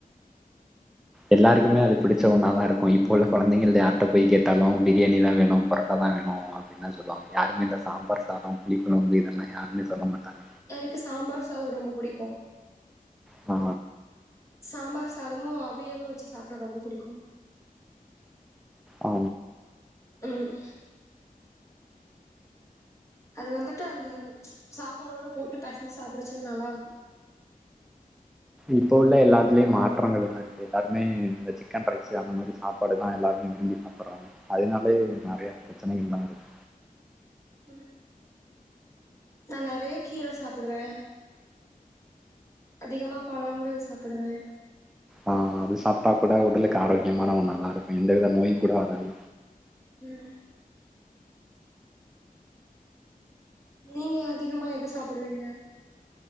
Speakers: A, in the centre; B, on the left.
A: எல்லாருக்குமே அது பிடிச்ச உணவா தா இருக்கு இப்போ உள்ள குழந்தைங்கள யார்ட்ட போய் கேட்டாலு பிரியாணி தா வேணு பரோட்டா தா வேணு என்ன சொல்லுவாங்க யாருமே இந்த சாம்பார் சாத புளி குழம்பு இதெல்லா யாருமே சொல்ல மாட்டாங்க
B: எனக்கு சாம்பார் சாத ரொம்ப பிடிக்கு
A: ஆ
B: சாம்பார் சாதமும் அவியலும் வச்சு சாப்புடுவ ரொம்ப பிடிக்கு
A: ஆ
B: ம் அது வந்துட்டு அந்த சாப்பாடோட போட்டு பெசஞ்சி சாப்பிடச்ச நல்லா இருக்கோ
A: இப்போ உள்ள எல்லாத்துலயு மாற்றங்கள் எல்லா இருக்கு எல்லாருமே இந்த சிக்கன் ரைஸ் அந்த மாதிரி சாப்பாடு தா எல்லாமே அப்பறோ அதனாலே நறைய பிரச்சனைகள் தா இருக்கு
B: சொல்லுங்க தோழரே கீர சாப்புடுவே அதிகமா பழங்கள் சாப்புடுவே
A: அ அது சாப்ட்டா கூட உடலுக்கு ஆரோக்கியமான ஒ நல்லா இருக்கு எந்தவித நோய் கூட வராது
B: ம் நீங்க அதிகமா எத சாப்பிடுவீங்க